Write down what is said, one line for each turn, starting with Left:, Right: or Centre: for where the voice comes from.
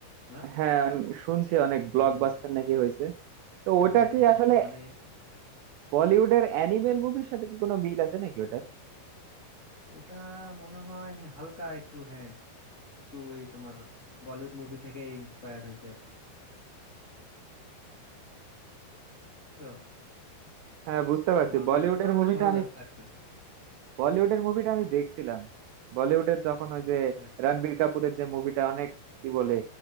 Left: না
Right: হ্যাঁ আমি শুনছি অনেক
Left: হুম
Right: ব্লকবাস্টার নাকি হয়েছে তো ওটা
Left: হ্যাঁ
Right: কি আসলে
Left: মানে
Right: বলিউডের অ্যানিমেল মুভির সাথে কি কোনো মিল আছে নাকি
Left: ওটা মনে হয় হ্যাঁ, হালকা একটু হ্যাঁ একটু ওই তোমার বলিউড মুভি থেকে ইন্সপায়ার্ড হয়েছে আর কি বুঝছো
Right: হ্যাঁ বুঝতে পারছি
Left: মা-
Right: বলিউডের
Left: বে- তবে
Right: মুভিটা
Left: বেশ ভালো
Right: আমি
Left: লাগছে
Right: বলিউডের মুভিটা আমি দেখছিলাম বলিউডের যখন ওই যে
Left: হ্যাঁ
Right: রণবীর কাপুরের যে মুভিটা অনেক কি বলে